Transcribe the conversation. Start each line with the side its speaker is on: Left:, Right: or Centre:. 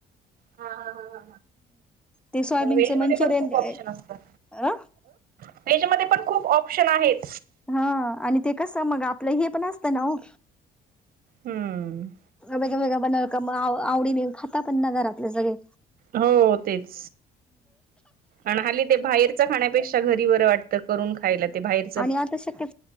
Right: हा ह
Centre: ते सोयाबीनच
Right: ह वेज
Centre: मंचुरियन
Right: मध्ये पण खूप ऑप्शन असतात
Centre: अ
Right: त्याच्यामध्ये पण खूप ऑप्शन आहेत
Centre: हा आणि ते कसं मग आपलं हे पण असतं ना हो
Right: हम्म
Centre: वेगळ वेगळे बनवल आवडीने खाता पण ना घरातले सगळे
Right: हो तेच आणि हली ते बाहेरच खाण्यापेक्षा घरी बर वाटत करून खायला ते बाहेर
Centre: आणि आता शक्य